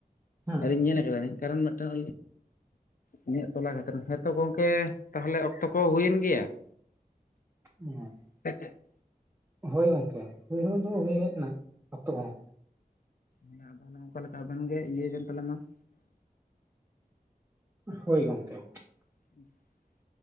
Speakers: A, on the right; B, on the left.
A: ᱦᱮᱸ
B: ᱟᱨᱤᱧ ᱧᱮᱞ ᱠᱟᱫᱟᱞᱤᱧ ᱠᱟᱨᱚᱱ ᱢᱤᱫᱴᱟᱝ ᱤᱧᱟᱹᱜ ᱛᱚᱞᱟ ᱠᱷᱟᱛᱤᱨ ᱦᱮᱸᱛᱚ ᱜᱚᱝᱠᱮ ᱛᱟᱦᱚᱞᱮ ᱚᱠᱛᱚ ᱠᱚ ᱦᱩᱭᱮᱱ ᱜᱮᱭᱟ ᱾
A: ᱦᱮᱸ
B: <unintelligible>
A: ᱦᱳᱭ ᱜᱚᱝᱠᱮ ᱦᱩᱭ ᱦᱚ ᱫᱚ ᱦᱩᱭ ᱦᱮᱡ ᱮᱱᱟ ᱚᱠᱛᱚ ᱠᱚᱦᱚᱸ ᱾
B: ᱚᱱᱮ ᱟᱫᱚ ᱚᱱᱮᱠᱟ ᱞᱮᱠᱟ ᱟᱵᱮᱱ ᱜᱮ ᱤᱭᱟᱹ ᱵᱮᱱ ᱛᱟᱦᱞᱮ ᱢᱟ ᱾
A: ᱦᱳᱭ ᱜᱚᱝᱠᱮ᱾
B: <unintelligible>